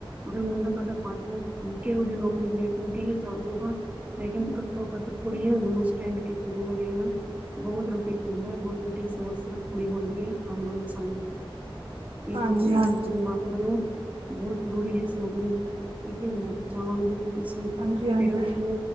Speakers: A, on the right; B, on the right.
A: ਉਹ ਮੁੰਡਾ ਤਾਂੱਕ ਪਰ ਉਹਦੀ ਨਰੀ ਮੇਟ ਲੱਗੀ ਹੀ ਚੱਲ ਦਊਗਾ ਮ ਕਹਿੰ ਘੱਟੋ ਘੱਟ ਕੁੜੀ ਨੂੰ ਸਟੈਂਡ ਤੇ ਬਹੁਤ ਰੁਗੇ ਕੋਲ ਰੋਜ਼ ਵੋਟੀ ਸਮੱਸਿਆ ਖੜੀ ਹੋਦੀ ਹੈ ਆਉਣ ਵਾਲੇ ਸਮੇਂ ਦੇ ਵਿੱਚ <unintelligible>
B: ਹਾਂਜੀ ਹਾਂਜੀ
A: ਬਹੁਤ ਰਰੋਹੀ ਹੈ ਸਗ ਇਹਥੇ ਬ ਚਮਾਂਗੀ ਇਸਸੀ
B: ਹਾਂਜੀ ਹਾਂਜੀ
A: ਪਰੈਂਟਸ ਨੂੰ